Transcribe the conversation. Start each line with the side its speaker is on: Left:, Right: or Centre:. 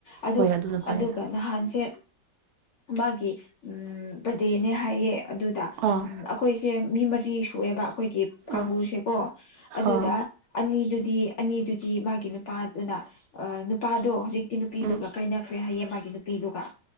Left: ꯑꯗꯨ
Right: ꯍꯣꯏ ꯑꯗꯨꯅ ꯐꯩꯗ
Left: ꯑꯗꯨꯒ ꯅꯍꯥꯟꯁꯦ ꯃꯥꯒꯤ ꯎꯝ ꯕꯥꯔꯗꯦꯅꯦ ꯍꯥꯏꯌꯦ ꯑꯗꯨꯗ
Right: ꯑꯥ
Left: ꯑꯩꯈꯣꯏꯁꯦ ꯃꯤ ꯃꯔꯤ ꯁꯨꯑꯦꯕ ꯑꯩꯈꯣꯏꯒꯤ ꯀꯥꯡꯒꯨꯁꯦꯀꯣ
Right: ꯑꯥ
Left: ꯑꯗꯨꯗ
Right: ꯑꯥ
Left: ꯑꯅꯤꯗꯨꯗꯤ ꯑꯅꯤꯗꯨꯗꯤ ꯃꯥꯒꯤ ꯅꯨ ꯅꯨꯄꯥꯗꯨꯅ ꯅꯨꯄꯥꯗꯣ ꯍꯧꯖꯤꯛꯇꯤ ꯅꯨꯄꯤꯗꯨꯒ
Right: ꯎꯝ
Left: ꯀꯥꯏꯅꯈ꯭ꯔꯦ ꯍꯥꯏꯌ ꯃꯥꯒꯤ ꯅꯨꯄꯤꯗꯨꯒ